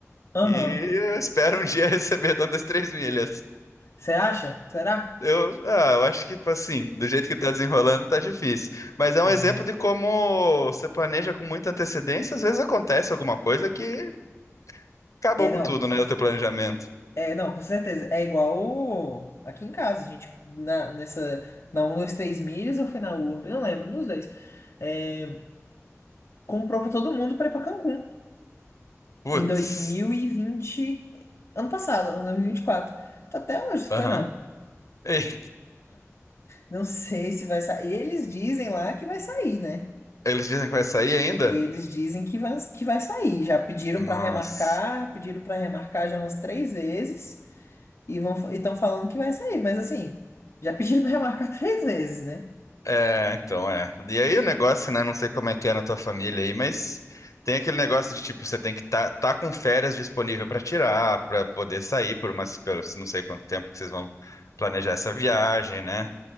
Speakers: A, on the left; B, on the left.
A: Aham.
B: e eu espero um dia <laughs> receber dando as três milhas.
A: Você acha? Será?
B: Eu, ah, eu acho que, tipo assim, do jeito que tá desenrolando, tá difícil. Mas é um
A: É,
B: exemplo de como você planeja com muita antecedência, às vezes acontece alguma coisa que acabou
A: é, não.
B: com tudo, né? O teu planejamento.
A: É, não, com certeza. É igual o- aqui em casa, a gente na, nessa, na 1, 2, 3 milhas ou foi na Urb, não lembro, nos dois. É, comprou pra todo mundo pra ir pra Cancún
B: Putz.
A: em dois mil e vinte ano passado, ano 2024. Tá até hoje esperando.
B: Aham. Ei,
A: Não sei se vai sair. Eles dizem lá que vai sair, né?
B: Eles dizem que vai sair ainda?
A: Eles dizem que vai, que vai sair. Já pediram
B: Nossa.
A: pra remarcar, pediram pra remarcar já umas três vezes e vão, estão falando que vai sair, mas assim, já pediram pra remarcar <laughs> três vezes, né?
B: É, então é. E aí o negócio, né? Não sei como é que é na tua família aí, mas tem aquele negócio de tipo, você tem que estar tá, tá com férias disponível para tirar, para poder sair por umas, pelo, não sei quanto tempo que vocês vão planejar essa viagem, né?